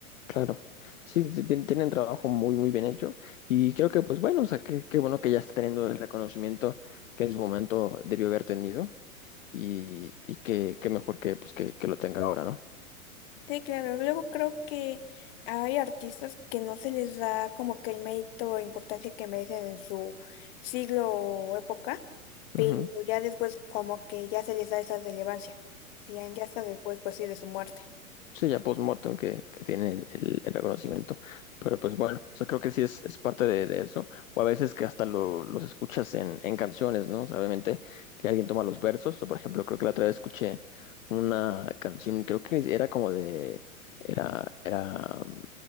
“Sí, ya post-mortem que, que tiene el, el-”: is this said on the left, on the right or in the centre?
Left